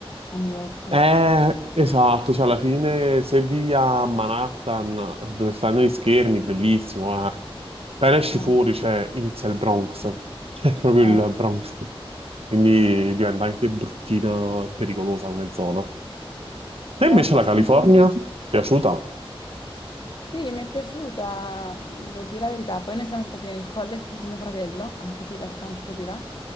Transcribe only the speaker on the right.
Eh, esatto, cioè alla fine se vivi a Manhattan, dove stanno gli schermi, bellissimo, eh. Appena esci
fuori, cioè, inizia il Bronx, <laughs> è proprio
il Bronx, quindi diventa anche bruttina e pericolosa come zona. E
invece
la California?
Piaciuta?